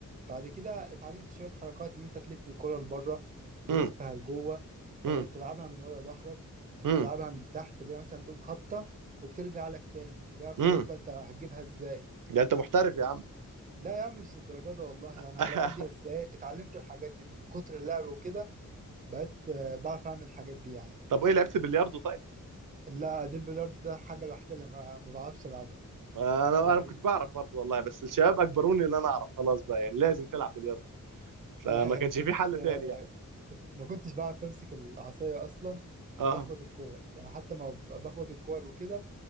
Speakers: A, on the right; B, on the right.
A: بعد كده اتعلمت شوية حركات اللي انت تلف الكرة لبره تلفها
B: امم
A: لجوه
B: امم
A: آه، تلعبها من ورا ظهرك ت-
B: امم
A: تلعبها من تحت اللي هي مثلا تقوم خابطة وبترجع لك تاني اللي هي خلاص
B: امم
A: بقى انت هتجيبها ازاي
B: ده انت محترف يا عم
A: لا يا عم مش الدرجة ده والله يعني
B: <laughs>
A: على قدي بس ايه اتعلمت الحاجات دي من كتر اللعب وكده بقيت آه، بعرف اعمل الحاجات دي يعني
B: طب وايه لعبت بلياردو طيب؟
A: لا دي البلياردو ده الحاجة الوحيدة اللي ما ما بعرفش العبها
B: انا
A: يعني
B: انا كنت بعرف برضو والله بس الشباب اجبروني ان انا اعرف خلاص بقى يعني لازم تلعب بلياردو فما
A: آه <laughs>
B: كانش
A: كنت
B: في حل
A: آه
B: تاني يعني
A: كنت ما كنتش بعرف امسك العصاية اصلا
B: اه
A: ولا اخبط الكور يعني حتى ما ب- بخبط الكور وكده